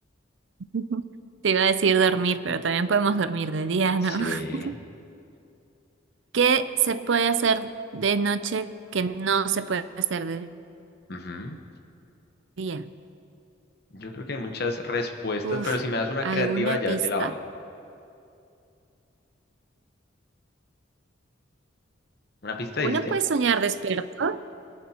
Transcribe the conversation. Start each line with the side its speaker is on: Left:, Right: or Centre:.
Right: <laughs> Te iba a decir dormir, pero también podemos dormir de día,
Left: Sí.
Right: ¿no? <laughs> ¿Qué se puede hacer de noche que no se puede hacer de
Left: ujú.
Right: día?
Left: Yo creo que hay muchas respuestas,
Right: Uf,
Left: pero si me das una
Right: ¿alguna
Left: creativa ya
Right: pista?
Left: te la valgo. ¿Una pista dijiste?
Right: Uno puede soñar despierto.